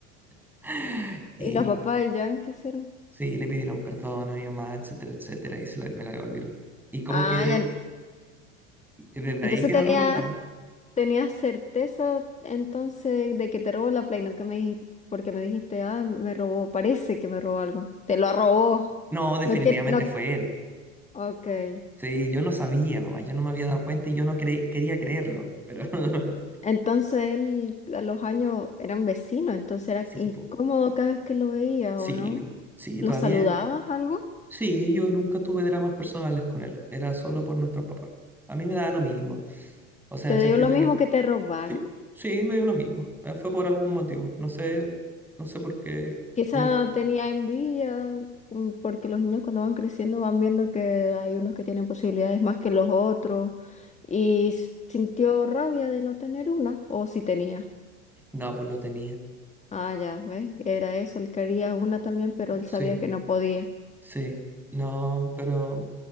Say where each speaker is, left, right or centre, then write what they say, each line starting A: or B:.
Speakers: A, in the centre; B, on the left (about 20°).
A: <laughs> Y
B: ¿Y los papás del Jan qué hicieron?
A: sí, le pidieron perdón a mi mamá, etcétera, etcétera, y se la- me la devolvieron. Y como
B: Ah,
A: que de-
B: ya.
A: desde
B: Entonces
A: ahí que
B: tenía,
A: no nos juntamos.
B: tenía certeza entonces de que te robó la Play, no que me dijiste, porque me dijiste, ah, me robó, parece que me robó algo. Te lo robó.
A: No, definitivamente
B: No que no.
A: fue él.
B: Ok. En-
A: Sí, yo no sabía nomás, yo no me había dado cuenta y yo no cre- quería creerlo, pero <laughs>
B: entonces él a los años eran vecinos, entonces era
A: sí,
B: incómodo
A: po,
B: cada vez que lo veías,
A: sí,
B: ¿o no?
A: po, sí,
B: ¿Lo
A: todavía,
B: saludabas algo?
A: sí, yo nunca tuve dramas personales con él, era solo por nuestros papás. A mí me daba lo mismo, o sea,
B: ¿Te
A: en el sentido
B: dio lo
A: de
B: mismo
A: que,
B: que te robara?
A: sí, sí, me dio lo mismo, eh, fue por algún motivo, no sé, no sé por qué,
B: Quizá
A: como,
B: tenía envidia, mm, porque los niños cuando van creciendo van viendo que hay unos que tienen posibilidades más que los otros y s- sintió rabia de no tener una, o si tenía.
A: no, pues no tenía,
B: Ah, ya, ¿ves? Era eso, él quería una también, pero él
A: sí,
B: sabía que no podía.
A: sí, no, pero,